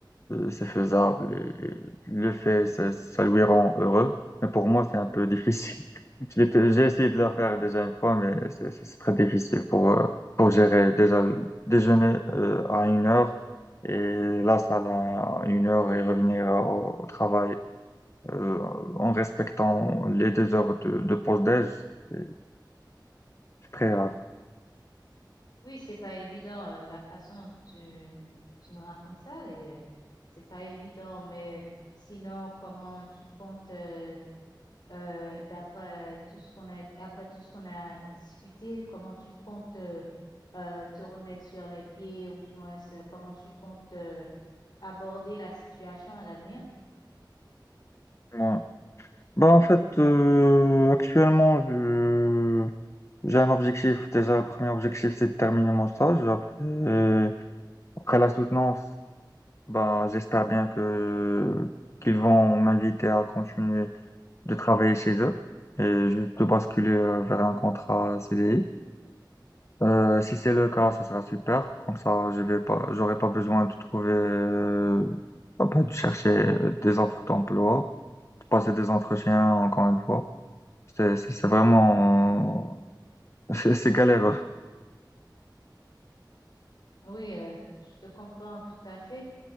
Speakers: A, on the left (about 35°); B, on the left (about 60°).
A: c'est faisable. et il le fait, ça, ça lui rend heureux. Mais pour moi, c'est un peu difficile. <laughs> Je l'ai- J'ai essayé de la faire déjà une fois, mais c'est c'est- c'est très difficile pour, euh, pour gérer déjà le déjeuner euh, à une heure et la salle à une heure et revenir au, au travail euh, en respectant les deux heures de, de pause déj. C'est c'est très rare.
B: Oui, c'est pas évident, euh, la façon dont tu, tu me racontes ça, et, euh, c'est pas évident, mais sinon, comment tu comptes, euh, euh, d'après tout ce qu'on a, après tout ce qu'on a discuté, comment tu comptes, euh, euh, te remettre sur les pieds, ou du moins, euh, comment tu comptes, euh, aborder la situation à l'avenir?
A: Ouais. Bah, en fait, euh, actuellement, je- j'ai un objectif. Déjà, le premier objectif, c'est de terminer mon stage. Après, après la soutenance, bah, j'espère bien que qu'ils vont m'inviter à continuer de travailler chez eux et je- de basculer euh, vers un contrat CDI. Euh, si c'est le cas, ça sera super. Comme ça, je vais pas, j'aurai pas besoin de trouver, euh, pas de chercher des offres d'emploi, de passer des entretiens encore une fois. C'est, c'est c'est vraiment, <laughs> c'est c'est galéreux.
B: Oui, euh, je te comprends tout à fait.